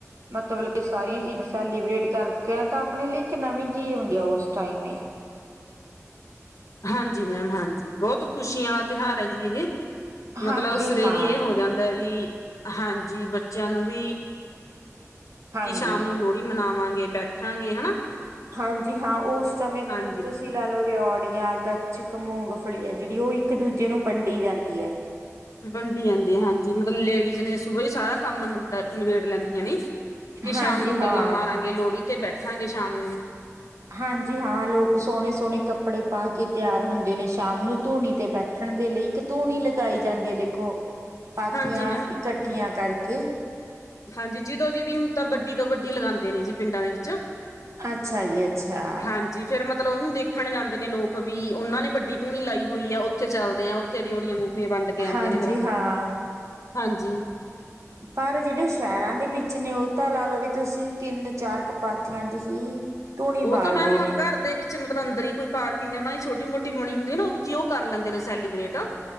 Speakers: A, on the right; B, on the left.
A: ਮਤਲਬ ਕਿ ਸਾਰੀਆਂ ਚੀਜ਼ਾਂ ਸੈਲੀਬ੍ਰੇਟ ਕਰਕੇ ਤਾਂ ਆਪਣੇ ਲਈ ਇੱਕ ਨਵੀਂ ਕੀ ਓ ਉਸ ਟਾਈਮ
B: ਹਾਂਜੀ ਮੈਮ ਹਾਂਜੀ ਬਹੁਤ ਖੁਸ਼ੀਆਂ ਵਾਲਾ ਤਿਉਹਾਰ ਹੈ ਜੀ ਇਹ ਮਤਲਬ
A: ਹਾਂਜੀ
B: ਸਵੇਰੀ
A: ਹਾਂ
B: ਇਹ ਹੋ ਜਾਂਦਾ ਵੀ ਹਾਂਜੀ ਬੱਚਿਆਂ ਨੂੰ ਵੀ
A: ਹਾਂਜੀ
B: ਕਿ ਸ਼ਾਮ ਨੂੰ ਲੋਹੜੀ ਮਨਾਵ ਵਾਂਗੇ ਬੈਠਾਂਗੇ ਹਨਾ
A: ਹਾਂਜੀ ਹਾਂ ਉਸ ਸਮੇਂ
B: ਹਾਂਜੀ
A: ਤੁਸੀਂ ਲੈ ਲਓ ਰਿਓੜੀਆਂ ਗੱਚਕ ਮੂੰਗਫਲੀ ਹੈ ਜਿਹੜੀ ਉਹ ਇੱਕ ਦੂਜੇ ਨੂੰ ਵੰਡੀ ਜਾਂਦੀ ਹੈ
B: ਵੰਡੀ ਜਾਂਦੀ ਆ ਹਾਂਜੀ ਮਤਲਬ ਲੇਡੀਜ਼ ਨੇ ਸੁਬੵਾ ਹੀ ਸਾਰਾ ਕੰਮ ਨਿਬੇੜ ਲੈਂਦੀਆਂ ਨੇ ਕਿ ਸ਼ਾਮ
A: ਹਾਂਜੀ
B: ਨੂੰ
A: ਹਾਂ
B: ਗੱਲਾਂ ਮਾਰਾਂਗੇ ਲੋਹੜੀ ਥੇ ਬੈਠਾਂਗੇ ਸ਼ਾਮ ਨੂੰ
A: ਹਾਂਜੀ ਹਾਂ ਲੋਕ ਸੋਹਣੇ ਸੋਹਣੇ ਕੱਪੜੇ ਪਾ ਕੇ ਤਿਆਰ ਹੁੰਦੇ ਨੇ ਸ਼ਾਮ ਨੂੰ ਧੂਣੀ ਤੇ ਬੈਠਣ ਦੇ ਲਈ ਇੱਕ ਧੂਣੀ ਲਗਾਈ ਜਾਂਦੀ ਹੈ ਦੇਖੋ ਪਾਥੀਆਂ
B: ਹਾਂਜੀ ਮੈਮ।
A: ਇਕੱਠੀਆਂ ਕਰਕੇ ਕੇ
B: ਹਾਂਜੀ ਜਦੋਂ ਜਿਦੀ ਹੁਣ ਤਾਂ ਵੱਡੀ ਤੋਂ ਵੱਡੀ ਲਗਾਉਂਦੇ ਨੇ ਜੀ ਪਿੰਡਾਂ ਦੇ ਵਿੱਚ
A: ਅੱਛਾ ਜੀ ਅੱਛਾ
B: ਹਾਂਜੀ ਫੇਰ ਮਤਲਬ ਉਹਨੂੰ ਦੇਖਣ ਜਾਂਦੇ ਨੇ ਲੋਕ ਵੀ ਉਹਨਾਂ ਨੇ ਵੱਡੀ ਧੂਣੀ ਲਾਈ ਹੋਈ ਹੈ ਉੱਥੇ ਚੱਲਦੇ ਆ ਉੱਥੇ ਰਿਓੜੀਆਂ ਵੰਡ ਕੇ ਆਉਂਦੇ
A: ਹਾਂਜੀ
B: ਨੇ ਫੇਰ
A: ਹਾਂ
B: ਹਾਂਜੀ
A: ਪਰ ਜਿਹੜੇ ਸ਼ਹਿਰਾਂ ਦੇ ਵਿੱਚ ਨੇ ਉਹ ਤਾਂ ਲਾ ਲਓ ਵੀ ਤੁਸੀਂ ਤਿੰਨ ਚਾਰ ਕਪਾਥੀਆਂ ਦੀ ਹੀ ਧੂਣੀ
B: ਉਹ
A: ਬਾਲਦੇ
B: ਤਾਂ ਮੈਮ
A: ਨੇ
B: ਘਰ ਦੇ ਵਿੱਚ ਮਤਲਬ ਅੰਦਰ ਹੀ ਕੋਈ ਪਾਰਕਿੰਗ ਉਹਨਾ ਹੀ ਛੋਟੀ ਮੋਟੀ ਹੋਣੀ ਹੁੰਦੀ ਆ ਨਾ ਉੱਥ ਉਹ ਕਰ ਲੈਂਦੇ ਨੇ ਸੈਲੀਬ੍ਰੇਟ ਆ